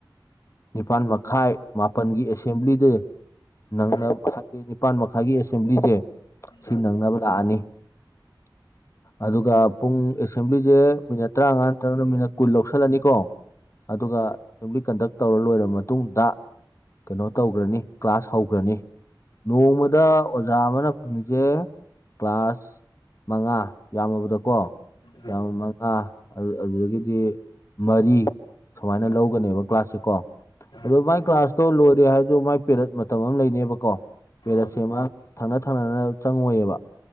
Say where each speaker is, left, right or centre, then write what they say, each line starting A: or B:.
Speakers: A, on the left (about 40°); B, on the left (about 70°).
A: ꯅꯤꯄꯥꯥꯟ ꯃꯈꯥꯏ ꯃꯥꯄꯜꯒꯤ ꯑꯦꯁꯦꯝꯕ꯭ꯂꯤꯗ ꯅꯪꯅꯕ
B: ꯎꯝ
A: ꯍꯥꯏꯗꯤ ꯅꯤꯄꯥꯜ ꯃꯈꯥꯏꯒꯤ ꯑꯦꯁꯦꯝꯕ꯭ꯂꯤꯁꯦ ꯁꯤ
B: ꯎꯝ
A: ꯅꯪꯅꯕ ꯂꯥꯛꯑꯅꯤ ꯑꯗꯨꯒ ꯄꯨꯡ ꯑꯦꯁꯦꯝꯕ꯭ꯂꯤꯁꯦ ꯃꯤꯅꯠ ꯇꯔꯥꯃꯉꯥ ꯅꯠꯇ꯭ꯔꯒꯅ ꯃꯤꯅꯠ ꯀꯨꯟ ꯂꯧꯁꯜꯂꯅꯤꯀꯣ ꯑꯗꯨꯒ ꯑꯦꯁꯦꯝꯕ꯭ꯂꯤ ꯀꯟꯗꯛ ꯇꯧꯔ ꯂꯣꯏꯔꯕ ꯃꯇꯨꯡꯗ ꯀꯩꯅꯣ ꯇꯧꯈ꯭ꯔꯅꯤ ꯀ꯭ꯂꯥꯁ ꯍꯧꯈ꯭ꯔꯅꯤ ꯅꯣꯡꯃꯗ ꯑꯣꯖꯥ ꯑꯃꯅ ꯐꯪꯉꯤꯁꯦ ꯀ꯭ꯂꯥꯁ ꯃꯉꯥ ꯌꯥꯝꯃꯕꯗꯀꯣ
B: ꯎꯝ
A: ꯆꯥ ꯃꯉꯥ ꯑꯗꯨꯗꯒꯤꯗꯤ ꯃꯔꯤ ꯁꯨꯃꯥꯏꯅ ꯂꯧꯒꯅꯦꯕ ꯀ꯭ꯂꯥꯁꯁꯦ ꯀꯣ
B: ꯎꯝ
A: ꯑꯗꯣ
B: ꯎꯝ
A: ꯃꯥꯏ ꯀ꯭ꯂꯥꯁ ꯇꯣ ꯂꯣꯏꯔꯦ ꯍꯥꯏꯔꯁꯨ ꯃꯥꯏ ꯄꯦꯔꯠ ꯃꯇꯝ ꯑꯃ ꯂꯩꯅꯦꯕꯀꯣ ꯄꯦꯔꯠꯁꯦ
B: ꯑꯣ
A: ꯃꯥ ꯊꯪꯅ ꯊꯪꯅꯅ ꯆꯪꯉꯣꯏꯌꯦꯕ